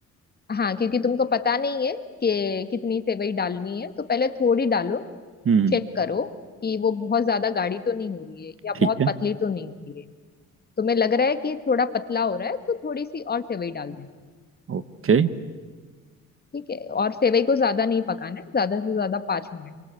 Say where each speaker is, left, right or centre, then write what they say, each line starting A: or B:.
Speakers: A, on the left; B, on the right.
A: हाँ क्योंकि तुमको पता नहीं है कि कितनी सेवई डालनी है तो पहले थोड़ी डालो
B: हम्म
A: चेक करो कि वो बहुत ज्यादा गाढ़ी तो नहीं हो रही है या
B: ठीक
A: बहुत
B: है
A: पतली तो नहीं हो रही है तुम्हें लग रहा है कि थोड़ा पतला हो रहा है तो थोड़ी सी और सेवई डाल देना
B: ओके
A: ठीक है और सेवई को ज्यादा नहीं पकाना है ज्यादा से ज्यादा पाँच मिनट